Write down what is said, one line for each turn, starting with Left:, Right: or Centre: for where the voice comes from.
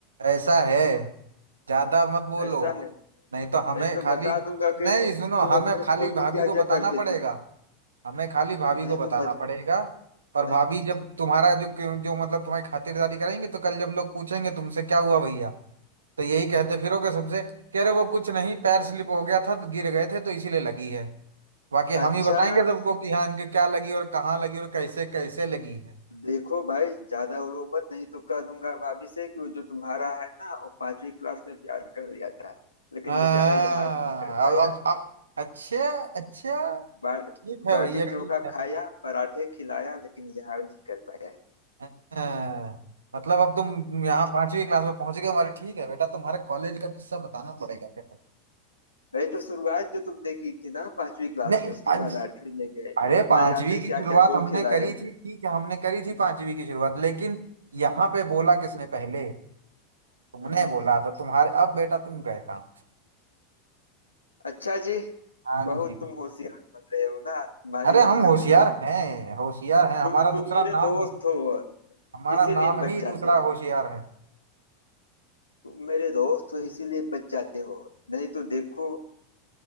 Right: ऐसा है ज्यादा मत बोलो
Left: ऐसा है
Right: नहीं
Left: नहीं
Right: तो हमें
Left: तो
Right: खाली
Left: बता दूंगा कि
Right: नहीं
Left: तुम
Right: सुनो
Left: तुम
Right: हमें
Left: अपने
Right: खाली
Left: स्कूल
Right: भाभी
Left: में क्या
Right: को बताना
Left: क्या करते
Right: पड़ेगा
Left: थे
Right: हमें खाली भाभी
Left: नहीं
Right: को बताना
Left: तो बत,
Right: पड़ेगा और
Left: नहीं,
Right: भाभी जब तुम्हारा जो जो मतलब तुम्हारी खातिरदारी करेंगे तो कल जब लोग पूछेंगे तुमसे क्या हुआ भैया तो यही कहते फिरोगे सबसे कह रहे वो कुछ नहीं पैर स्लिप हो गया था तो गिर गए थे तो इसीलिए लगी है बाकी
Left: अच्छा
Right: हम ही बताएंगे सबको कि हाँ इनके क्या लगी और कहाँ लगी और कैसे कैसे लगी है
Left: देखो भाई ज्यादा उड़ो मत नहीं तो कह दूंगा भाभी से कि वो जो तुम्हारा है ना वो पांचवी क्लास में प्यार कर लिया था लेकिन
Right: हाँ
Left: बेचारा इजहार नहीं कर पाया
Right: अब अब अब- अच्छा अच्छा
Left: बा,
Right: ठीक है
Left: बाटी
Right: भैया
Left: चोखा
Right: ठीक है
Left: खाया पराठे खिलाया लेकिन इजहार नहीं कर पाया
Right: हाँ, मतलब अब तुम यहाँ पांचवी क्लास में पहुंच गए हमारे ठीक है बेटा तुम्हारे कॉलेज का किस्सा बताना पड़ेगा फिर
Left: नहीं तो शुरुआत जो तुमने की थी ना पांचवी क्लास
Right: नहीं
Left: में उसके
Right: पंच
Left: बाद आठवीं में गए
Right: अरे पांचवी
Left: न जाने
Right: की
Left: क्या
Right: शुरुआत
Left: क्या गोल
Right: हमने
Left: खिलाए
Right: करी थी ठीक है हमने करी थी पांचवी की शुरुआत लेकिन
Left: हम्म
Right: यहाँ पे बोला किसने पहले तुमने
Left: हम्म, हम्म।
Right: बोला तो तुम्हारे अब बेटा तुम गए काम
Left: अच्छा जी
Right: हाँ
Left: बहुत
Right: जी
Left: तुम होशियार बन रहे हो ना तुम्हारी
Right: अरे हम
Left: लंका
Right: होशियार
Left: नहीं लग
Right: हैं होशियार हैं हमारा
Left: तुम तुम
Right: दूसरा
Left: मेरे
Right: नाम
Left: दोस्त
Right: ही
Left: हो
Right: हमारा
Left: इसीलिए
Right: नाम
Left: बच
Right: ही
Left: जाते
Right: दूसरा
Left: हो
Right: होशियार है
Left: तुम मेरे दोस्त हो इसीलिए बच जाते हो नहीं तो देखो